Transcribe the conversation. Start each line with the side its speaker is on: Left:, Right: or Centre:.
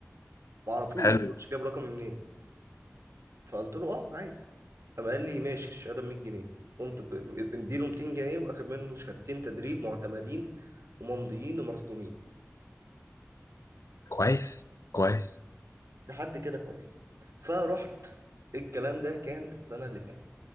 Right: ما اعرفوش
Left: حلو
Right: ما اعرفش جاب رقمي منين فقلت له اه عايز قام قال لي ماشي الشهاده ب 100 جنيه قمت ب- مديله 200 جنيه واخد منه شهادتين تدريب معتمدين وممضيين ومختومين
Left: كويس كويس
Right: لحد كده كويس فرحت الكلام ده كان السنه اللي فاتت